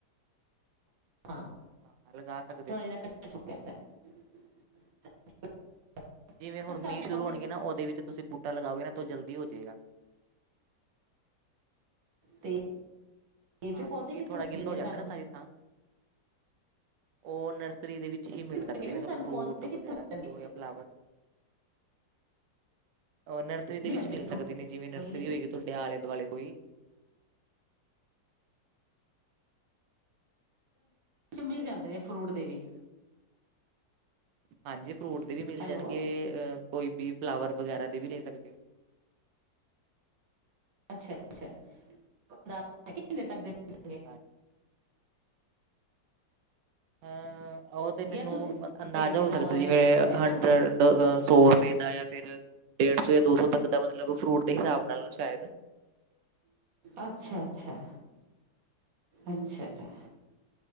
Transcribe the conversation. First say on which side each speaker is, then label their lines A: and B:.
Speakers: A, on the right; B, on the right.
A: ਹਾਂ
B: ਹਾਂ ਲਗਾ ਸਕਦੇ
A: ਥੋੜੇ
B: ਹੋ
A: ਜਿਹਾ ਕੱਚਾ ਛੋੜਿਆ <unintelligible>
B: ਜਿਵੇਂ ਹੁਣ
A: ਸਾਨੂੰ
B: ਮੀਂਹ ਸ਼ੁਰੂ
A: ਪੌਦੇ
B: ਹੋਣਗੀਆਂ ਨਾ ਉਹਦੇ ਵਿੱਚ ਤੁਸੀਂ ਬੂਟਾ ਲਗਾਓਗੇ ਨਾ ਤਾਂ ਉਹ ਜਲਦੀ ਹੋ ਜਾਵੇਗਾ
A: ਤੇ ਤੇ ਫਿਰ
B: ਹਾਂ
A: ਪੌਦੇ
B: ਕਿਉਂਕਿ
A: ਕਿੱਥੇ
B: ਥੋੜਾ ਗਿੱਲ
A: ਮਿਲਣਗੇ
B: ਹੋ ਜਾਂਦਾ
A: ਸਾਨੂੰ
B: ਨਾ ਸਾਰੀ ਥਾਂ ਉਹ ਨਰਸਰੀ ਦੇ ਵਿੱਚ ਹੀ ਮਿਲ
A: ਨਹੀਂ ਮੈਂ
B: ਸਕਦੇ
A: ਕਹਿ ਰਹੀ
B: ਨੇ
A: ਫਿਰ
B: ਤੁਹਾਨੂੰ
A: ਸਾਨੂੰ
B: ਫਰੂਟ
A: ਪੌਦੇ ਕਿੱਥੋਂ
B: ਵਗੈਰਾ
A: ਮਿਲਣਗੇ
B: ਜੋ ਜਾਂ ਫਲਾਵਰ ਅ ਨਰਸਰੀ ਦੇ
A: ਨਹੀਂ
B: ਵਿੱਚ
A: ਮੈਂ ਤੇ
B: ਮਿਲ ਸਕਦੇ ਨੇ ਜਿਵੇਂ ਨਰਸਰੀ
A: ਮੰਗੀ ਲੇਕਿਨ
B: ਹੋਏਗੀ ਤੁਹਾਡੇ ਆਲੇ ਦੁਆਲੇ ਕੋਈ
A: ਮਿਲ ਜਾਂਦੇ ਨੇ ਫਰੂਟ ਦੇ ਵੀ
B: ਹਾਂਜੀ ਫਰੂਟ ਦੇ ਵੀ ਮਿਲ
A: ਹੈਲੋ
B: ਜਾਣਗੇ ਅ ਕੋਈ ਵੀ ਫਲਾਵਰ ਵਗੈਰਾ ਦੇ ਵੀ ਲੈ ਸਕਦੇ ਹੋ
A: ਅੱਛਾ ਅੱਛਾ ਬੰਦਾ ਮਹੀਨੇ ਤੱਕ ਦੇ ਭੇਜੋਗੇ
B: ਹ ਹਾਂ ਉਹ ਤੇ ਮੈਨੂੰ
A: ਜਾਂ ਤੁਸੀਂ
B: ਅੰਦਾਜ਼ਾ
A: ਭੇਜ ਦੇਣਾ
B: ਹੋ ਸਕਦਾ
A: ਆਨਲਾਈਨ
B: ਜੀਵੇ
A: ਭੇਜ ਦੇਣਾ
B: ਹੰਡਰਡ ਸੌ ਰੁਪਏ ਦਾ ਜਾਂ ਫਿਰ ਡੇਢ ਸੌ ਜਾਂ ਦੋ ਸੌ ਤੱਕ ਦਾ ਮਤਲਬ ਫਰੂਟ ਦੇ ਹਿਸਾਬ ਨਾਲ ਸ਼ਾਇਦ <unintelligible>
A: ਅੱਛਾ ਅੱਛਾ ਅੱਛਾ
B: ਹਾਂਜੀ
A: ਅੱਛਾ
B: ਹਾਂਜੀ